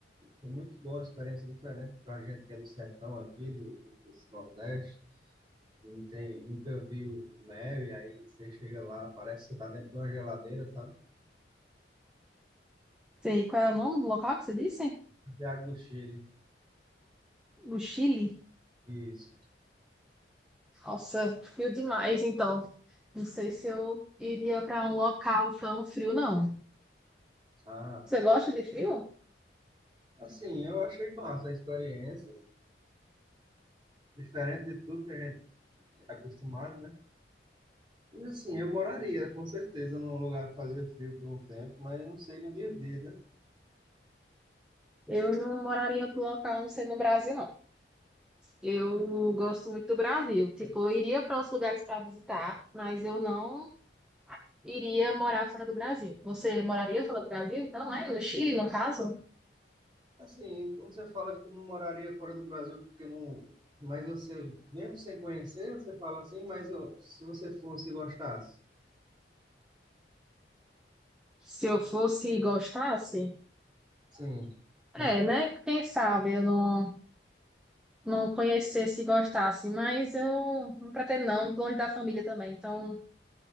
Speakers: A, on the right (about 25°); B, in the centre.
A: Foi muito boa, uma experiência diferente para a gente que é do sertão aqui, do, do, desse Nordeste. Não tem, nunca viu neve, aí você chega lá, parece que você está dentro de uma geladeira, sabe?
B: Sei, qual é o nome do local que você disse?
A: Santiago do Chile.
B: No Chile?
A: Isso.
B: Nossa, frio demais, então. Não sei se eu iria para um local tão frio, não.
A: Ah,
B: Você gosta de frio?
A: assim, eu achei massa a experiência, diferente de tudo que a gente é acostumado, né? E assim, eu moraria com certeza num lugar que fazia frio por um tempo, mas eu não sei no dia a dia, né?
B: Eu não moraria em outro local, a não ser no Brasil, não. Eu gosto muito do Brasil. Tipo, eu iria para outros lugares para visitar, mas eu não iria morar fora do Brasil. Você moraria fora do Brasil, então, né? No Chile, no caso?
A: Assim, quando você fala que não moraria fora do Brasil porque não. Mas você, mesmo sem conhecer, você fala assim, mas ó, se você fosse e gostasse.
B: Se eu fosse e gostasse?
A: Sim. No-
B: É, né? Quem sabe eu não, não conhecesse e gostasse, mas eu não pretendo, não, longe da família também. Então,